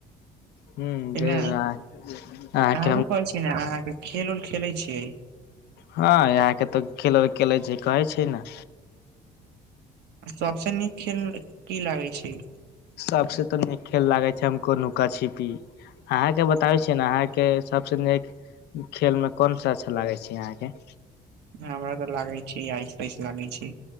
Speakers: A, on the left (about 75°); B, on the right (about 75°).
A: ह जरूर
B: ने
A: अहाँके
B: आरो
A: हम
B: कहै छी ने अहाँके खेल उल खेलै छियै
A: हँ यहाँके तऽ खेल खेले छै कहै छै ने
B: सबसे नीक खेल की लागै छै
A: सबसे तऽ नीक खेल लागे छै हमको नुका छिपी अहाँ के बताबै छीियै ने अहाँके सबसँ नीक खेल में कोन सा अच्छा लागे छै यहाँके
B: हमरा तऽ लागै छै आऐस तैस लागै छै